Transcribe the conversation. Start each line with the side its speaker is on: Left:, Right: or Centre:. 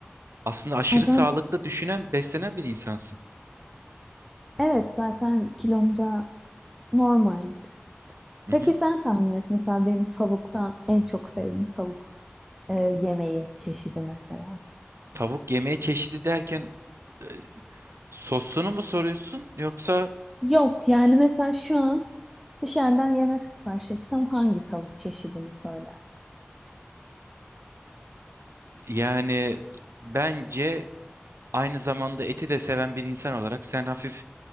Right: aslında aşırı
Centre: Ay
Right: sağlıklı
Centre: ben,
Right: düşünen, beslenen bir insansın.
Centre: evet zaten kilomda normal.
Right: Hı
Centre: Peki
Right: hı.
Centre: sen tahmin et mesela benim tavuktan en çok sevdiğim tavuk e, yemeği çeşidi mesela.
Right: Tavuk yemeği çeşidi derken e, Sosunu mu soruyorsun yoksa
Centre: Yok yani mesela şu an dışarıdan yemek sipariş etsem hangi tavuk çeşidini söyler?
Right: yani bence aynı zamanda eti de seven bir insan olarak sen hafif